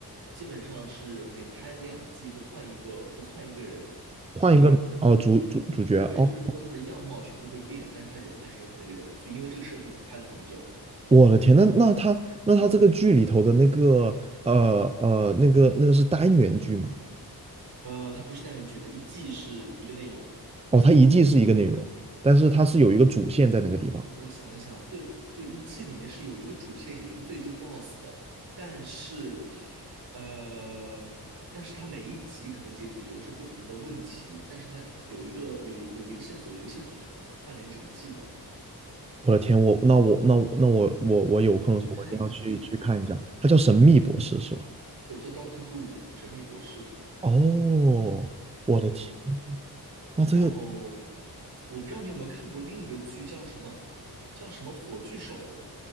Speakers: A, on the right (about 85°); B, on the right (about 15°).
A: 基本上是每拍两季会换一个会换一个人
B: 换一个哦，
A: 主演。
B: 主主主角哦，
A: 对，就是说他的样貌全部会变，但是他人还是原本那个人，所以因为这个设定，他拍了很久。
B: 我的天，那那他那他这个剧里头的那个呃呃那个那个是单元剧吗？
A: 呃，它不是单元剧，它一季是一个内容。
B: 哦，它一季是一个内容，但是它是有一个主线在那个地方。
A: 我我想一想，对对，一季里面是有一个主线，有一个最终 BOSS 的，但是呃，但是它每一集可能解决的是不同的问题，但是它有一个有一有一个线索，有一个线索是串联整季的，
B: 我的天，我那我那我那我我我有空的时候我一定要去去看一下。
A: 可以去看一看，可以去看一看。
B: 它叫《神秘博士》是吧？
A: 对，叫 Doctor Who 神秘博士。
B: 哦，我的天，
A: 嗯，
B: 那这个
A: 然后我不知道你有没有看过另一个剧，叫什么叫什么《火炬手》，